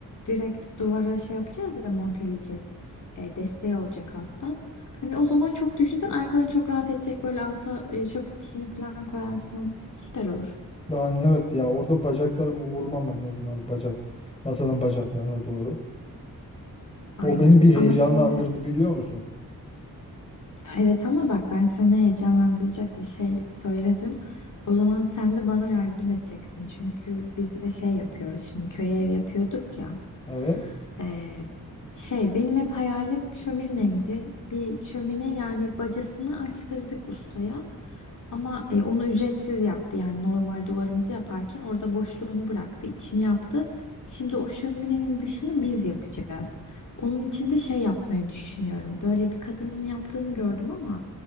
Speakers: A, on the left (about 55°); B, on the left (about 15°).
A: direkt duvara şey yapacağız ya monteleyeceğiz. E, desteği olacak alttan. Hani o zaman çok düşünsen ayakların çok rahat edecek böyle alta e, çöp kutusunu falan koyarsın. Süper olur.
B: Ben evet ya orada bacaklarımı vurmam en azından bacak masanın bacaklarına doğru.
A: Aynen.
B: O beni bir heyecanlandırdı
A: Ama şimdi
B: biliyor musun?
A: evet ama bak ben sana heyecanlandıracak bir şey söyledim. O zaman sen de bana yardım edeceksin. Çünkü biz de şey yapıyoruz. Şimdi köye ev yapıyorduk ya.
B: Evet.
A: Ee, şey benim hep hayalim şömineydi. Bir şömine yani bacasını açtırdık ustaya. Ama e, onu ücretsiz yaptı yani normal duvarımızı yaparken orada boşluğunu bıraktı, içini yaptı. Şimdi o şöminenin dışını biz yapacağız. Onun için de şey yapmayı düşünüyorum. Böyle bir kadının yaptığını gördüm ama